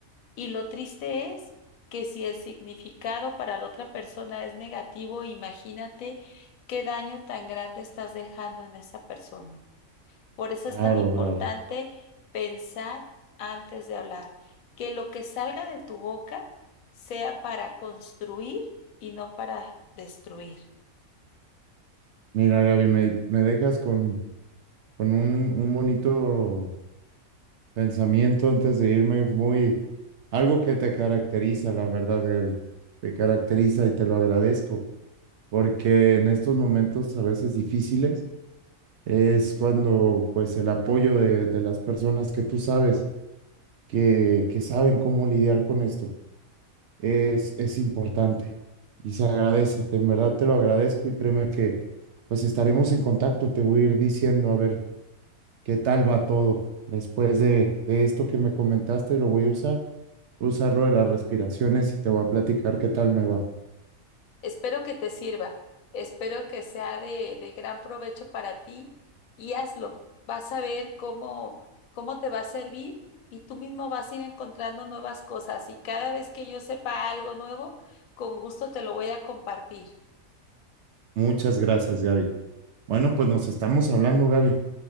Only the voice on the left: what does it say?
Y lo triste es que si el significado para la otra persona es negativo, imagínate qué daño tan grande estás dejando en esa persona. Por eso
es tan importante
pensar antes de hablar, que lo que salga de tu boca sea para construir y no para destruir.
Espero que te sirva, espero que sea de, de gran provecho para ti y hazlo. Vas a ver cómo, cómo te va a servir y tú mismo vas a ir encontrando nuevas cosas y cada vez que yo sepa algo nuevo, con gusto te lo voy a compartir.